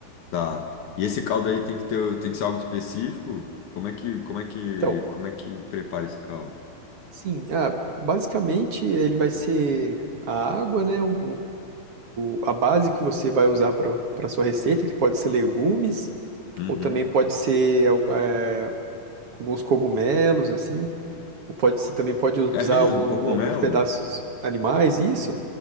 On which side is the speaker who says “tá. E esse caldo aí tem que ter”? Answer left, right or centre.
Left